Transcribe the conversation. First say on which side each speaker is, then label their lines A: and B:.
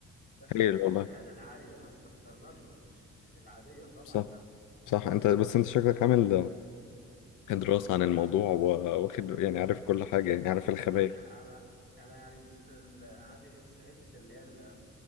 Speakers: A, on the left (about 35°); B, on the left (about 85°).
A: بس
B: هايل والله
A: الحاجات العالية أصلا انترناشونال مش مش العادية طبعا
B: صح
A: يعني
B: صح انت بس انت شكلك عامل دراسة
A: <laughs>
B: عن الموضوع
A: عم
B: و- واخد يعني عارف كل حاجة يعني عارف الخبايا
A: أنا أنا يعني ال... عندي حس... حتة اللي هي ال...